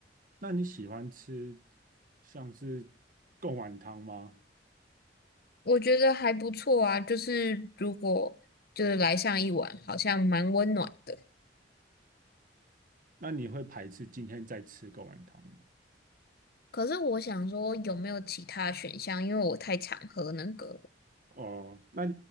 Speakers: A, on the right; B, on the left.
A: 那你喜欢吃像是贡丸汤吗？
B: 我觉得还不错啊。就是如果就是来上一碗，好像蛮温暖的。
A: 那你会排斥今天再吃贡丸汤吗？
B: 可是我想说，有没有其他选项？因为我太常喝那个了
A: 哦，那